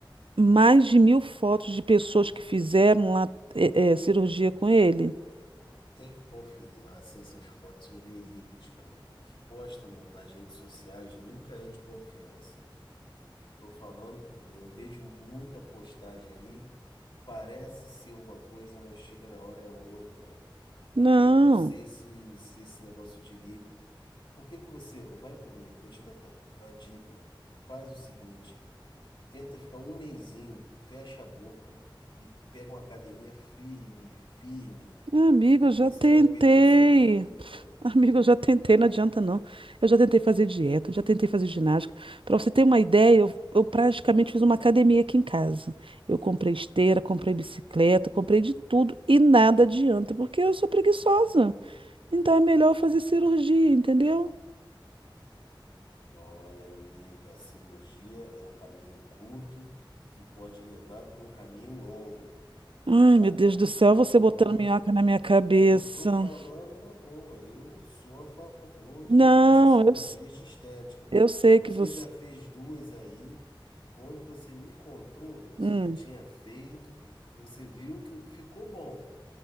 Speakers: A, on the right; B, on the left.
A: mais de mil fotos de pessoas que fizeram lá eh, eh, cirurgia com ele?
B: Tem que confirmar se essas fotos são verídicas, amigo. O que posta na- nas redes sociais nunca é de confiança. Tô falando por mim, eu vejo muita postagem aí, parece ser uma coisa, mas chega na hora é outra.
A: Não.
B: Eu não sei se, se esse negócio de lipo. Por que que você. Vai por mim, vou te dar a dica. Faz o seguinte: tenta ficar um mesinho, fecha a boca e pega uma academia firme, firme,
A: Amigo, eu
B: que
A: já
B: você
A: tentei.
B: vai perder essa barriga.
A: Amigo, eu já tentei, não adianta não. Eu já tentei fazer dieta, eu já tentei fazer ginástica. Para você ter uma ideia, eu, eu praticamente fiz uma academia aqui em casa. Eu comprei esteira, comprei bicicleta, comprei de tudo e nada adianta, porque eu sou preguiçosa. Então é melhor eu fazer cirurgia, entendeu?
B: Olha, amiga, a cirurgia é o caminho curto que pode levar para um caminho longo.
A: Ai,
B: Vai
A: meu Deus
B: por
A: do céu,
B: mim.
A: você
B: Eu
A: botando
B: não,
A: minhoca na minha cabeça.
B: eu tô falando na boa. Eu não sou a favor de,
A: Não,
B: dessas cirurgias
A: eu, s-
B: de estética.
A: eu sei
B: Você
A: que você.
B: já fez duas aí. Quando você me contou, você
A: Hum.
B: já tinha feito e você viu que ficou bom.